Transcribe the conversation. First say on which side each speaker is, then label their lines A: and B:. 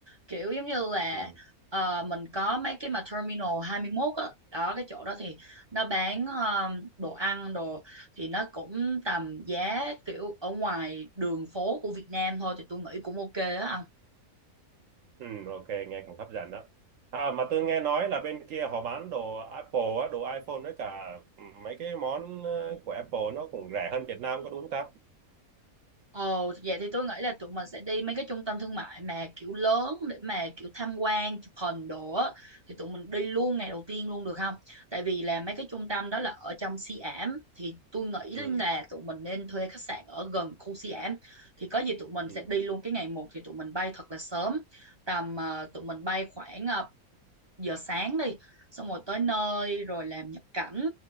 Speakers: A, on the right; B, on the right.
A: kiểu giống như là
B: ừ
A: ờ, mình có mấy cái mà Terminal 21 á đó cái chỗ đó thì nó bán ờ, đồ ăn đồ thì nó cũng tầm giá kiểu ở ngoài đường phố của Việt Nam thôi thì tôi nghĩ cũng ok á
B: Ừ, ok, nghe cũng hấp dẫn đó. À, mà tôi nghe nói là bên kia họ bán đồ Apple á, đồ iPhone với cả ừ, mấy cái món ờ, của Apple nó cũng rẻ hơn Việt Nam có đúng không ta?
A: Ồ, vậy thì tôi nghĩ là tụi mình sẽ đi mấy cái trung tâm thương mại mà kiểu lớn để mà kiểu tham quan, chụp hình đồ á. Thì tụi mình đi luôn ngày đầu tiên luôn được không? Tại vì là mấy cái trung tâm đó là ở trong Siam ảm thì tôi nghĩ là
B: Ừ,
A: tụi mình nên thuê khách sạn ở gần khu Siam ảm. Thì có gì tụi mình
B: ừ,
A: sẽ đi luôn cái ngày một thì tụi mình bay thật là sớm. Tầm ờ, tụi mình bay khoảng ờ, giờ sáng đi xong rồi tới nơi rồi làm nhập cảnh